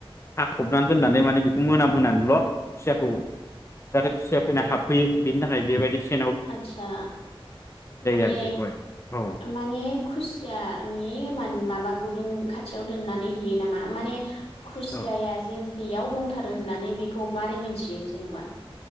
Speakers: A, on the left; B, on the left.
A: खाथ'बनानै दोननानै माने बेखौ मोनामहोनानैल' खुसियाखौ जाहाथे खुसिया फैना हाबफैयो बेनि थाखाय बेबायदि से
B: आदसा माने
A: आरो बेखौहाय औ
B: माने खुसियानि मान माबा गुदुं खाथियाव दोननानै हैयो नामा माने खुसिया
A: औ
B: या जे बेयाव दंथारो होननानै बेखौ मारै मोनथियो जेन'बा